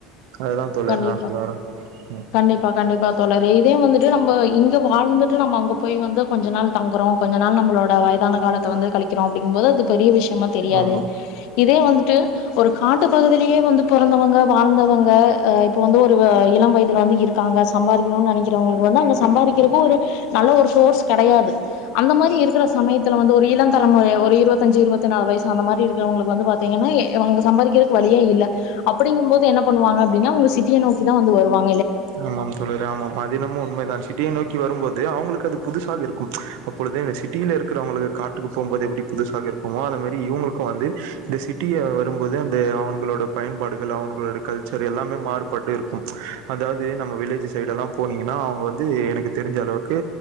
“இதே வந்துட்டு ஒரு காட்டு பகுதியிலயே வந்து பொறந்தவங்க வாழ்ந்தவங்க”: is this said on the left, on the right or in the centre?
Left